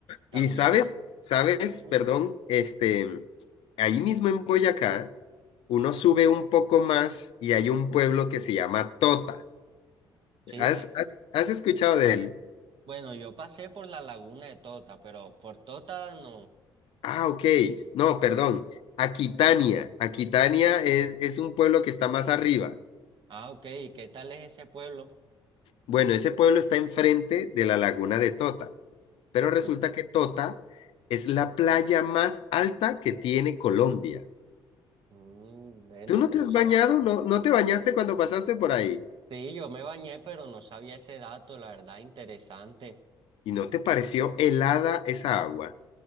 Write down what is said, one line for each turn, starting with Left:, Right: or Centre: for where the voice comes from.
Right: También.
Left: Y sabes, sabes,
Right: Ujú.
Left: perdón, este, ahí mismo en Boyacá, uno sube un poco más y hay un pueblo que se llama Tota.
Right: Sí,
Left: ¿Has, has, has escuchado de él?
Right: bueno, yo pasé por la laguna de Tota, pero por Tota no.
Left: Ah, ok. No, perdón. Aquitania. Aquitania es, es un pueblo que está más arriba.
Right: Ah, ok. ¿Y qué tal es ese pueblo?
Left: Bueno, ese pueblo está enfrente de la laguna de Tota, pero resulta
Right: Ujú.
Left: que Tota es la playa más alta que tiene Colombia.
Right: Mm, bueno,
Left: ¿Tú no
Right: no
Left: te has
Right: sabe.
Left: bañado? ¿No, no te bañaste cuando pasaste por ahí?
Right: Sí, yo me bañé, pero no sabía ese dato, la verdad, interesante.
Left: ¿Y no te pareció helada esa agua?